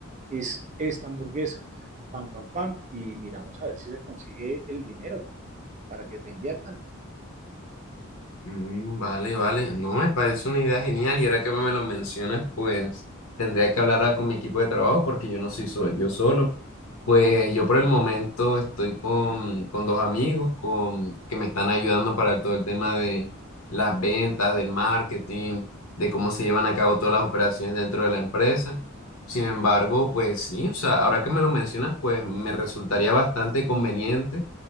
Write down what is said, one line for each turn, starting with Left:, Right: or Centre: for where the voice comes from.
Right: es esta hamburguesa. Pam, pam, pam. Y miramos a ver si se consigue el dinero para que te inviertan.
Left: Mm, Vale, vale. No, me parece una idea genial y ahora que me lo mencionas, pues tendría que hablar con mi equipo de trabajo porque yo no soy so- yo solo. Pues yo por el momento estoy con, con dos amigos con, que me están ayudando para todo el tema de las ventas, del marketing, de cómo se llevan a cabo todas las operaciones dentro de la empresa. Sin embargo, pues sí, o sea, ahora que me lo mencionas, pues me resultaría bastante conveniente